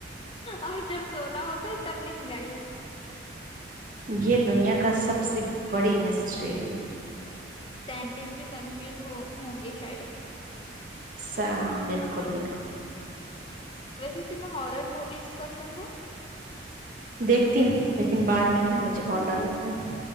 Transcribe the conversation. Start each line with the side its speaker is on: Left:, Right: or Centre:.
Left: اور جب سونا ہوتا ہے تب ند گئی اب
Right: یہ دنیا کا سب سے بڑی مسٹری ہے
Left: سائنٹسٹ بھی کنفیوز ہوں گے شاید
Right: س بالکل بالکل
Left: ویسے تمہیں ہارر موویز پسند ہے
Right: دیکھتی ہوں لیکن بعد میں پھر مجھے بہت ڈر لگتا ہے